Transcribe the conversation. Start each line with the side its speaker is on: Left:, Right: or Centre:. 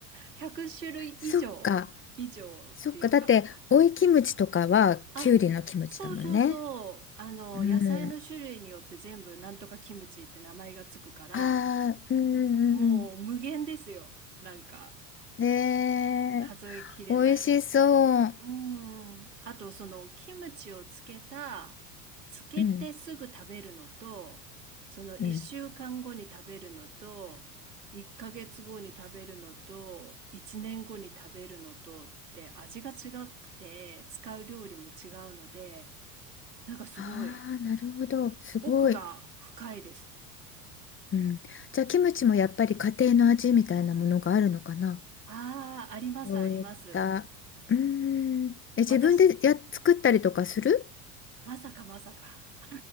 Right: 100種類以上以上っていうか。
Left: そっか、そっか。だって、オイキムチとかはキュウリのキムチだもんね。
Right: あ、そうそうそう。あの、
Left: う
Right: 野菜の種類によって全部なんとかキムチって名前がつくから、
Left: ん。ああ、うんうんうんうん。
Right: もう無限ですよ。なんか
Left: ねえ
Right: 数えきれない。
Left: 美味しそう。
Right: うん。あとそのキムチをつけた、つけてすぐ食べるのと、
Left: うん、
Right: その1週間後に食べるのと、
Left: うん。
Right: 1ヶ月後に食べるのと、1年後に食べるのとって味が違くて、使う料理も違うので、なんかすごい
Left: ああ、なるほど。すごい。
Right: 奥が深いです。
Left: うん。じゃあ、キムチもやっぱり家庭の味みたいなものがあるのかな
Right: ああ、ありますあります。
Left: そういった。うーん。え、自分でや、
Right: 私、
Left: 作ったりとかする
Right: まさかまさか。